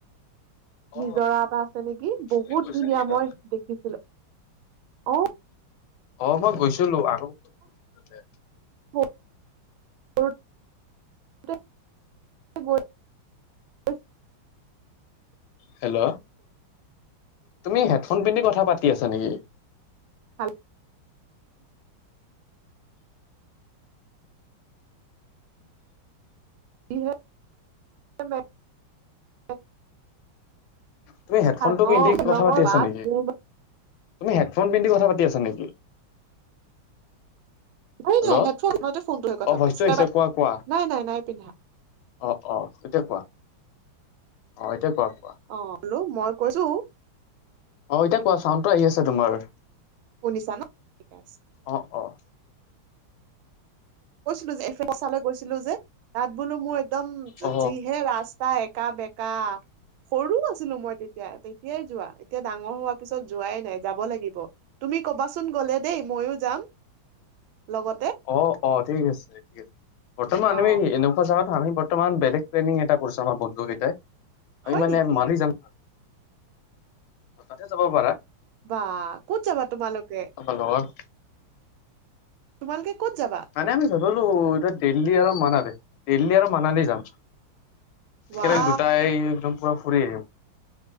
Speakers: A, on the left; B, on the right.
A: অ
B: নিজৰা এটা আছে নেকি বহুত
A: তুমি গৈছা
B: ধুনীয়া
A: নেকি তাতে?
B: মই দেখিছিলোঁ, অ'।
A: অ' মই গৈছিলোঁ আগ <inaudible>
B: <unintelligible> গৈছিলো
A: হেল্ল', তুমি হেডফোন পিন্ধি কথা পাতি আছা নেকি।
B: <unintelligible> <unintelligible>
A: তুমি হেডফোনটো
B: অ শ্বিলঙৰ
A: পিন্ধি কথা পাতি আছা
B: বাপ
A: নেকি?
B: মোৰ
A: তুমি হেডফোন পিন্ধি কথা পাতি আছা নেকি?
B: নাই
A: হেল্ল'
B: নাই হেডফোন <unintelligible>
A: অ ভইচটো আহিছে কোৱা কোৱা
B: নাই নাই নাই পিন্ধা।
A: অ', অ', এতিয়া কোৱা। অ' এতিয়া কোৱা কোৱা।
B: অ' <unintelligible> মই কৈছোঁ।
A: অ' এতিয়া কোৱা চাউণ্ডটো আহি আছে তোমাৰ।
B: শুনিছানা <unintelligible>
A: অ', অ'।
B: কৈছিলোঁ যে <unintelligible> গৈছিলোঁ যে তাত বোলো মোৰ একদম
A: অ
B: যিহে ৰাজ একা বেঁকা। সৰুও আছিলোঁ মই তেতিয়া তেতিয়াই যোৱা এতিয়া ডাঙৰ হোৱাৰ পিছত যোৱাই নাই যাব লাগিব। তুমি ক'বাচোন গ'লে দেই ময়ো যাম, লগতে।
A: অ', অ', ঠিক আছে দিয়া ঠিক আছে বৰ্তমান
B: অ
A: <unintelligible> এনেক <unintelligible> আমি বৰ্তমান বেলেগ প্লেনিং এটা কৰিছোঁ আমাৰ বন্ধুকেইটাই, আমি
B: হয়
A: মানে
B: নেকি
A: মালি যাম। তাতে যাব পাৰা।
B: বাহ, ক'ত যাবা তোমালোকে?
A: <inaudible>
B: তোমালোকে ক'ত যাবা?
A: মানে আমি <unintelligible> এতিয়া দিল্লী আৰু মনালি, দিল্লী আৰু মানালি যাম।
B: ৱাও
A: একবাৰে দুটাই একদম পুৰা ফুৰি আহিম।